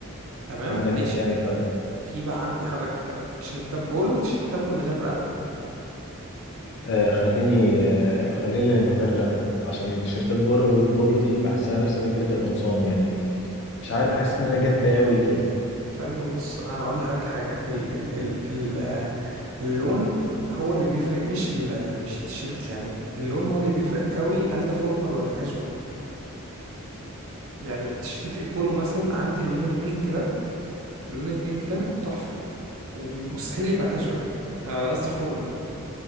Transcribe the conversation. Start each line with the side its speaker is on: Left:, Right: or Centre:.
Right: تمام
Left: عندك
Right: ماشي
Left: ايه تاني طيب
Right: في بقى عندي حضرتك تيشيرتات بولو وتيشيرتات من غير رقبة
Left: آه خليني آه خليني من غير لقبه عشان تيشيرتات بولو بولو دي بحسها نفس فكره القمصان يعني مش عارف بحس ان انا جد قوي كده
Right: يا فندم بص انا اقول لحضرتك حاجة ال... ال... ال... ال... اللون هو اللي بيفرق مش ال... مش التيشيرت يعني اللون هو اللي بيفرق قوي هل ده فورمال ولا كاجوال يعني تيشيرتات البولو مثلا عندي اللون البينك ده اللون البينك ده تحفة ومستحيل يبقى كاجوال آه، قصدي فورمال